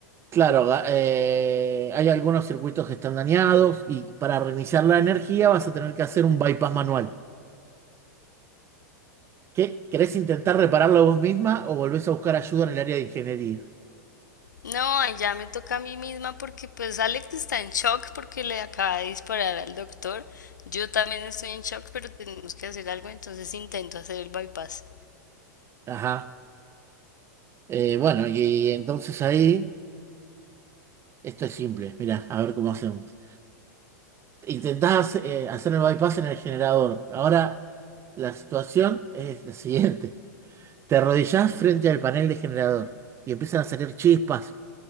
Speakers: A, on the right (about 25°); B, on the left (about 85°).
A: Claro, ga- eh, hay algunos circuitos que están dañados y para reiniciar la energía vas a tener que hacer un bypass manual. ¿Qué? ¿Querés intentar repararlo vos misma o volvés a buscar ayuda en el área de ingeniería?
B: No, ya me toca a mí misma porque pues Alex está en shock porque le acaba de disparar al doctor. Yo también estoy en shock, pero tenemos que hacer algo, entonces intento hacer el bypass.
A: Ajá. Eh, bueno, y, entonces ahí, esto es simple. Mirá, a ver cómo hacemos. Intentás eh, hacer el bypass en el generador. Ahora, la situación es la siguiente. Te arrodillás frente al panel de generador y empiezan a salir chispas,